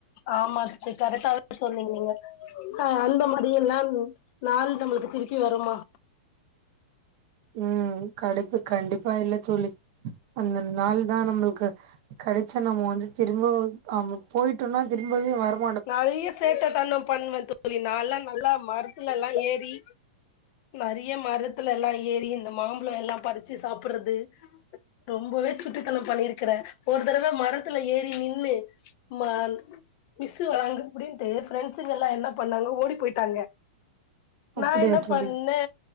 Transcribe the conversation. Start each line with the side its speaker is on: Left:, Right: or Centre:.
Left: ஆமா சிஸ்டர் கரெக்டாதா சொன்னீங்க நீங்க ஆ அந்த மாரித்தெல்லா நாள் நம்பள்க்கு திருப்பி வருமா
Right: ம் கடுப்பு கண்டிப்பா இல்ல தோழி அந்த நாள் தா நம்ள்க்கு கடச்சா நம்ம வந்து திரும்ப நம்ப போய்ட்டோனா திரும்பவே வரக்
Left: நெறய சேட்ட தணோ பண்ணுவே தோழி நால்லா நல்லா மரத்துலல்லா ஏறி நெறீய மரத்துலல்லா ஏறி இந்த மாம்பழல்லா பறிச்சு சாப்ட்றது ரொம்பவே சுட்டித்தனோ பண்ணிருக்குறே ஒரு தடவ மரத்துல ஏறி நின்னூ மால் மிஸ் வராங்க அப்டின்டு ஃபிரெண்ஸுங் எல்லா என்ன பண்ணாங்க ஓடி போய்ட்டாங்க நா
Right: அப்படியா
Left: என்ன
Right: தோழி
Left: பண்ணே